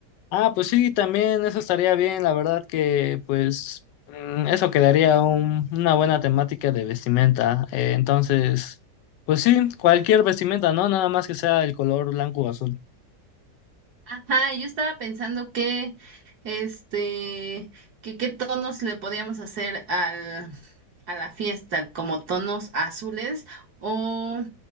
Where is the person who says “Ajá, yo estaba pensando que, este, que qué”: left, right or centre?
Right